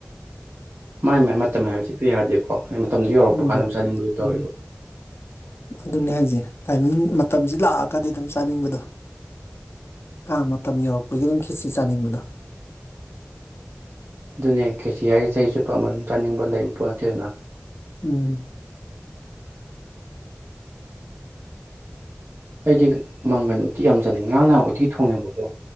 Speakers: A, on the right; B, on the left.
A: ꯃꯥꯏ - ꯃꯥꯏ ꯃꯇꯝ ꯍꯥꯏꯕ ꯖꯦ ꯍꯦꯛꯇ ꯌꯥꯗꯦꯀꯣ꯫ ꯃꯇꯝꯗꯨ ꯌꯧꯔꯛꯄ
B: ꯎꯝ-
A: ꯀꯥꯟꯗ ꯑꯗꯨꯝ ꯆꯥꯅꯤꯡꯕꯗꯨ ꯇꯧꯋꯦꯕ
B: ꯎꯝ ꯑꯗꯨꯅꯦ ꯍꯥꯏꯖꯦ ꯫ ꯇꯥꯏꯃꯤꯡ ꯃꯇꯝꯁꯤ ꯂꯥꯛꯑꯒꯗꯤ ꯑꯗꯨꯝ ꯆꯥꯅꯤꯡꯕꯗꯣ ꯀꯥꯡ ꯃꯇꯝ ꯌꯧꯔꯛꯄꯒꯤ ꯑꯗꯨꯝ ꯈꯦꯆꯤ ꯆꯥꯅꯤꯡꯕꯗꯣ꯫
A: ꯑꯗꯨꯅꯦ ꯈꯦꯆꯤ ꯍꯥꯏꯗꯤ ꯆꯍꯤ ꯆꯨꯞꯄ ꯑꯃ ꯑꯗꯨꯝ ꯆꯥꯅꯤꯡꯕ ꯂꯩꯕ ꯄꯣꯠ ꯅꯠꯇꯦꯗꯅ꯫
B: ꯎꯝ꯫
A: ꯑꯩꯗꯤ ꯃꯪꯒꯟ ꯎꯠꯇꯤ ꯌꯥꯝ ꯆꯥꯅꯤꯡꯉꯦ꯫ ꯉꯥꯡ ꯅꯍꯥ ꯎꯇꯤ ꯊꯣꯡꯉꯦꯕꯀꯣ